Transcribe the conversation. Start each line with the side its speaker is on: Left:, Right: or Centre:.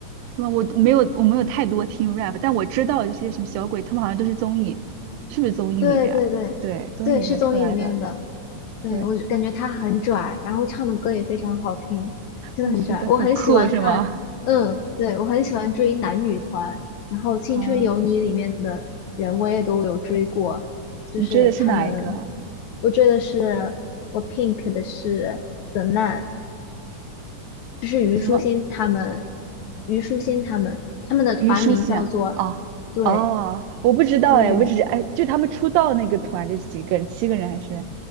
Right: 什么？我没有，我没有太多听 rap，但我知道一些什么小鬼，他们好像都是综艺，是不是综艺里边儿对，
Left: 对对对对，
Right: 综艺里边出来的。
Left: 是综艺里面的。对，
Right: 对，
Left: 我感觉他很拽，然后唱的歌也非常好听，真的很拽。
Right: <laughs> 是的，
Left: 我很喜欢看，
Right: 很酷是吗？
Left: 嗯，对，我很喜欢追男女团，然后《青春有你》里面的人我也都有追过，
Right: 啊，
Left: 就是他们，
Right: 你追的是哪一个？
Left: 我追的是我 Pink 的是 The Nan，就是虞书欣他们，
Right: 什么？
Left: 虞书欣他们，他们的团名叫做，
Right: 虞书欣啊？啊，
Left: 对
Right: 哦，我不知道哎，
Left: 对，
Right: 我只是哎，就他们出道那个团就几个人，七个人还是